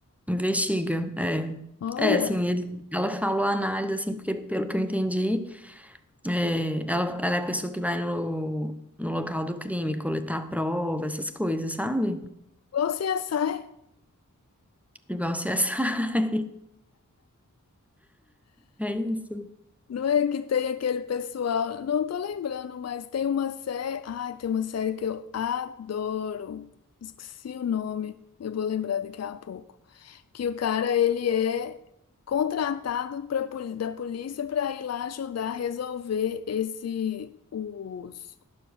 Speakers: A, in the centre; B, on the left.
A: Investiga, é.
B: Olha,
A: É, assim, ele- ela falou a análise, assim, porque pelo que eu entendi, é, ela, ela é a pessoa que vai no, no local do crime, coletar prova, essas coisas, sabe?
B: igual CSI.
A: Igual CSI. <laughs> É isso.
B: Não é que tem aquele pessoal, não tô lembrando, mas tem uma série, ai, tem uma série que eu adoro. Esqueci o nome, eu vou lembrar daqui a pouco. Que o cara, ele é contratado pra, poli- da polícia para ir lá ajudar a resolver esse os